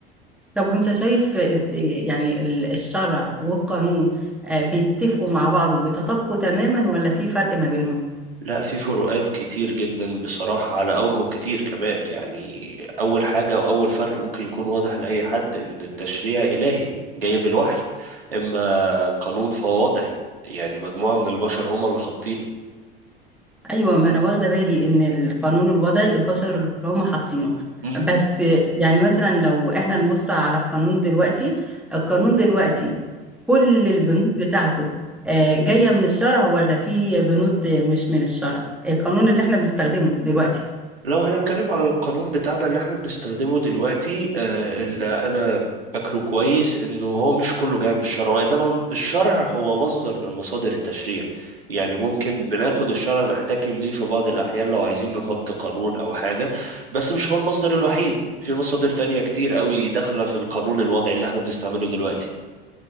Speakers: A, in the centre; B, on the right.
A: طب وانت شايف إز- يعني ال- الشرع والقانون آه، بيتفقوا مع بعض وبيتطابقوا تماما ولا في فرق ما بينهم
B: لا في فروقات كتير جدا بصراحة على أوجه كتير كمان يعني أول حاجة وأول فرق ممكن يكون واضح لأي حد إن التشريع إلهي جاي بالوحي إما القانون فهو وضعي يعني مجموعة من البشر هم اللي حاطينه
A: ايوه ما انا واخده بالي ان القانون الوضعي البشر اللي هم حاطينه
B: مم.
A: بس يعني مثلا لو احنا نبص على القانون دلوقتي القانون دلوقتي كل البنود بتاعته آه، جايه من الشرع ولا في بنود مش من الشرع القانون اللي احنا بنستخدمه دلوقتي
B: لو هنتكلم على القانون بتاعنا اللي احنا بنستخدمه دلوقتي آه، اللي انا فاكره كويس انه هو مش كله جاي من الشرع وانما الم- الشرع هو مصدر من مصادر التشريع يعني ممكن بناخد الشرع نحتكم ليه في بعض الاحيان لو عايزين نحط قانون او حاجة بس مش هو المصدر الوحيد في مصادر تانية كتير قوي داخلة في القانون الوضعي اللي احنا بنستعمله دلوقتي